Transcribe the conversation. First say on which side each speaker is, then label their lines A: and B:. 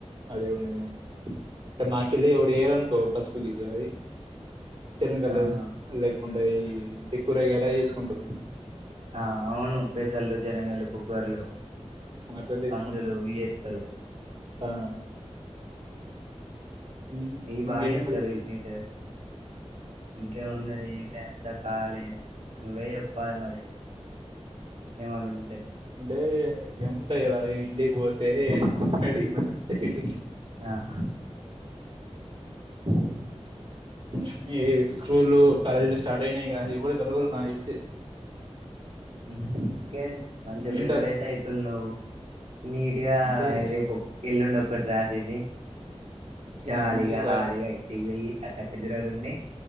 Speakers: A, on the right (about 60°); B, on the right (about 80°).
A: అది కూడ నిజమే మాకలీ డి ఏ రన్కో పసు గజ <unintelligible> శనిగలు
B: ఆహా
A: లేకుండె ఈ ఇంటి కూరగాయ అయి ఎసుకుంటరు
B: ఆ అవును పేసళ్లు చనిగాలు బొబ్బర్లు,
A: అట్లా చేసుకుంటారు
B: కందులు వియేస్తరు
A: ఆ ఉమ్,
B: మీకు బాగా
A: ఇంకేంటి
B: ఏత్తరు
A: మరి
B: మీ సైడ్ ఇంకేమున్నది ఏం లే కాలీయే నువ్వే చెప్పాలి మరి? ఏమన్నా ఉంటే
A: ఏ ఎముంటైయ్రా ఇంటికి పోతే అది <inaudible>
B: ఆహా ఉ
A: ఉమ్ ఈ స్కూలు, కాలేజ్లు స్టార్ట్ అయినయ్ గా <unintelligible> నాకు తెలిసి <inaudible>
B: ఉమ్ ఇకేం మంచిగా
A: ఉమ్,
B: ప్రిపేర్
A: ఇంటర్
B: అయితే ఐతున్నావ్? నీట్ గా
A: అంతే
B: రేపు ఒక్ ఎల్లుండి ఒక్కట్ రాసేసి జాలీగా,
A: మంచి స
B: హాయీగా ఇంటికి పొయ్యి కథక్ పెద్దిరాలుండి